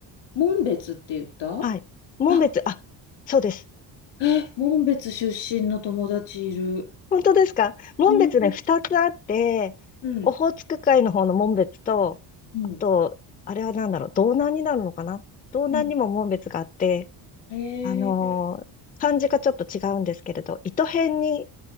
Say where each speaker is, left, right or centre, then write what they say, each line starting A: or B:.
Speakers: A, on the left (about 80°); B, on the left (about 20°).
A: 紋別って言った
B: はい。紋別、
A: あ、
B: あ、そうです。
A: え、紋別出身の友達いる。
B: 本当ですか紋別ね、
A: うん、
B: 二つあって、
A: うん、
B: オホーツク海の方の紋別と、
A: うん、
B: あと、あれは何だろう、道南になるのかな道南にも紋別があって、
A: うん。へ
B: あのー漢字がちょっと違うんですけれど、
A: え、
B: 糸辺に